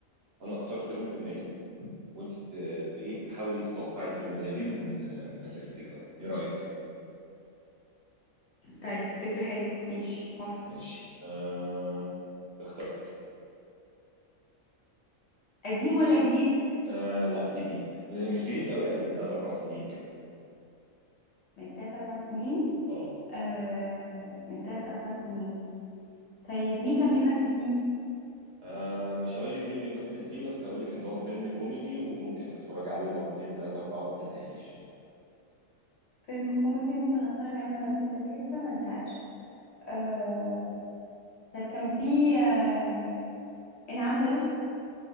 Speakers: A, on the right; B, on the left.
A: انا اختار فيلم في دماغي وانت ت... ت... ايه تحاولي تتوقعي الفيلم ده ايه من آه من اسئلتك بقى ايه رأيك
B: طيب فكره حلوه ماشي موافقه
A: ماشي آه اخترت
B: قديم ولا جديد
A: آه لا جديد آه مش جديد قوي يعني من 3 4 سنين كده
B: من تلات أربع سنين
A: اه
B: آه من تلات أربع سنين طيب مين كان بيمثل فيه؟
A: آه مش هقول لك مين بيمثل فيه بس هقول لك ان هو فيلم كوميدي وممكن تتفرج عليه مرتين ثلاثة أربعة ما بتزهقيش
B: فيلم كوميدي ممكن أتفرج عليه مرتين تلاتة ما أزهقش آه طيب كان فيه آه إنعام سالوسة